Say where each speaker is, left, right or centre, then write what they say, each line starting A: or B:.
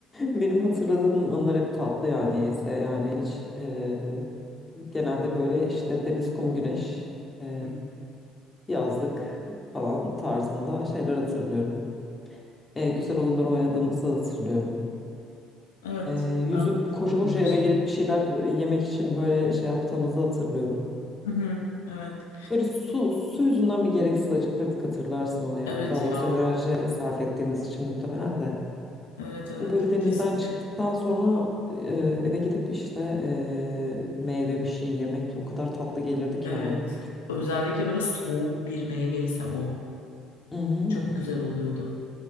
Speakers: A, on the left; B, on the left.
A: Benim hatırladığım anlar hep tatlı yani ise yani hiç e, genelde böyle işte deniz, kum, güneş, e,
B: Hmm.
A: yazlık falan tarzında şeyler hatırlıyorum. E, güzel oyunlar oynadığımızı hatırlıyorum.
B: Evet
A: E, yüzüp
B: ben de hatırlıyorum
A: koşu koşu
B: öyle
A: eve
B: şeyleri.
A: gelip bir şeyler yemek için böyle şey yaptığımızı hatırlıyorum.
B: Hı hı, Evet.
A: Böyle su, su yüzünden bir gereksiz acıkırdık hatırlarsın onu yani.
B: Evet
A: Daha
B: ya.
A: doğrusu enerji sarf ettiğimiz için muhtemelen de.
B: Evet evet
A: O böyle denizden
B: kesinlikle.
A: çıktıktan sonra e, eve gidip işte e, meyve bir şey yemek o kadar tatlı gelirdi ki
B: Evet.
A: bana. küçükken.
B: Özellikle böyle soğuk bir meyveyse o
A: Hı hı,
B: çok
A: hı hı.
B: güzel oluyordu.